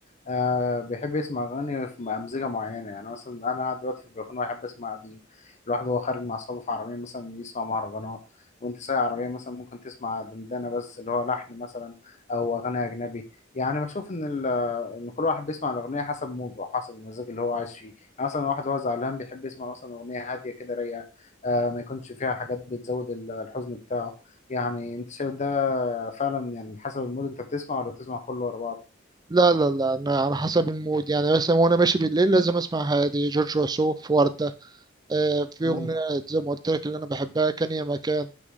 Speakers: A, on the left; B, on the right.
A: آه بيحب يسمع أغاني في أمزجة معينة يعني مثلا أنا قاعد دلوقتي في البلكونة وأحب أسمع قديم الواحد وهو خارج مع أصحابه في عربية مثلا يسمع مهرجانات وأنت سايق عربية مثلا ممكن تسمع دندنة بس اللي هو لحن مثلا أو أغاني أجنبي يعني بشوف إن ال- إن كل واحد بيسمع الأغنية حسب موده وحسب المزاج اللي هو عايش فيه يعني مثلا واحد هو زعلان بيحب يسمع مثلا أغنية هادية كده رايقة آه ما يكونش فيها حاجات بتزود ال- الحزن بتاعه يعني أنت شايف ده آه، فعلا يعني حسب المود انت بتسمع ولا بتسمع كله ورا بعضه
B: لا لا لا انا على حسب المود يعني مثلا وانا ماشي بالليل لازم اسمع هادي جورج وسوف وردة آه في
A: مم.
B: اغنيه زي ما قلت لك اللي انا بحبها كان يا مكان